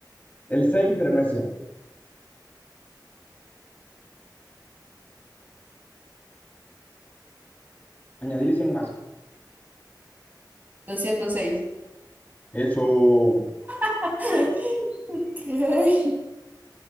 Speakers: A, on the left; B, on the right.
A: el 6, pero no es 100. Añadirle cien más.
B: doscientos seis.
A: Eso,
B: <laughs> Ok.